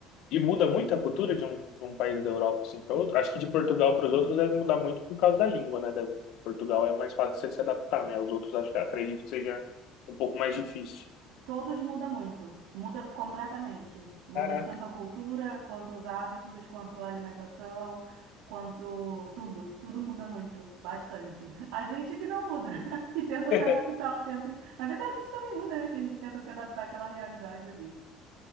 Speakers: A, on the left; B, on the right.
A: E muda muito a cultura de um, de um país da Europa assim para outro? Acho que de Portugal para os outros deve mudar muito por causa da língua, né? Da- Portugal é mais fácil você se adaptar, né? Os outros acho que acredito que seja um pouco mais difícil.
B: Todos mudam muito, muda completamente. Muda
A: Caraca.
B: tanto a cultura, quanto os hábitos, quanto a alimentação, quanto tudo. Tudo muda muito, bastante. <laughs> A gente que não muda, <laughs> que tenta se
A: <laughs>
B: adaptar ao tempo. Na verdade, a gente também muda, né? Que a gente tenta se adaptar àquela realidade ali.